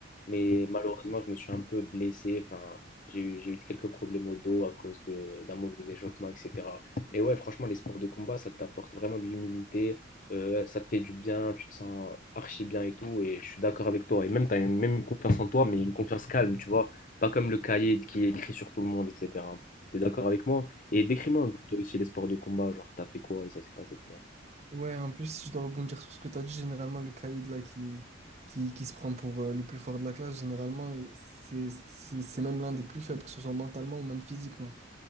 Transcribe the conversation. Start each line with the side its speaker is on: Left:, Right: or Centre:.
Left: Mais malheureusement, je me suis un peu blessé. Enfin, j'ai eu, j'ai eu quelques problèmes au dos à cause de, d'un mauvais échauffement, etc. Mais ouais, franchement, les sports de combat, ça t'apporte vraiment de l'humilité euh, ça te fait du bien, tu te sens archi bien et tout, et je suis d'accord avec toi. Et même, tu as une, même une confiance en toi, mais une confiance calme, tu vois, pas comme le cahier qui est écrit sur tout le monde, etc. T'es d'accord avec moi? Et décris-moi plutôt aussi les sports de combat, genre t'as fait quoi et ça s'est passé comment?
Right: Ouais, en plus, si je dois rebondir sur ce que tu as dit, généralement, le caïd là, qui, qui, qui se prend pour euh, le plus fort de la classe, généralement, il- c'est c'est- c'est même l'un des plus faibles, que ce soit mentalement ou même physiquement.